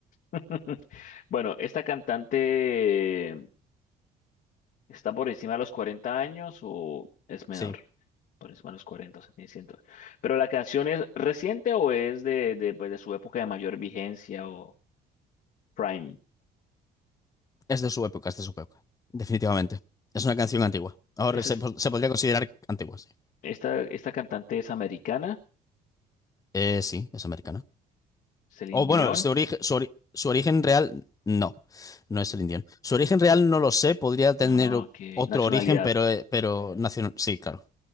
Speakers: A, on the left; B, on the left.
A: <laughs> Bueno, esta cantante ¿Está por encima de los 40 años o es menor?
B: Sí.
A: Por encima de los 40, o sea, tiene 100. Pero la canción es reciente o es de, de, pues, de su época de mayor vigencia o prime.
B: Es de su época, es de su época. Definitivamente. Es una canción antigua. Ahora
A: Esta,
B: se,
A: es-
B: po- se podría considerar antigua, sí.
A: esta, esta cantante es americana,
B: Eh, sí, es americana.
A: Celine
B: O bueno,
A: Dion.
B: su origen, su, ori- su origen real, no, no es el indiano. Su origen real no lo sé, podría tener
A: Ah,
B: o-
A: Ok,
B: otro
A: nacionalidad.
B: origen, pero, eh, pero nacional, sí, claro.